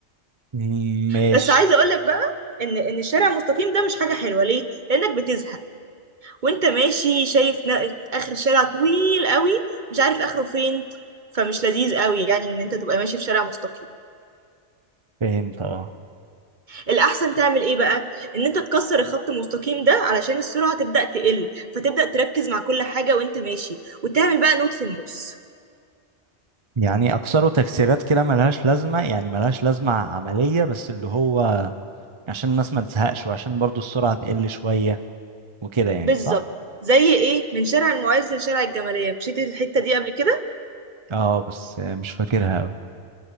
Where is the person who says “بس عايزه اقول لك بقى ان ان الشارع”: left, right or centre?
Right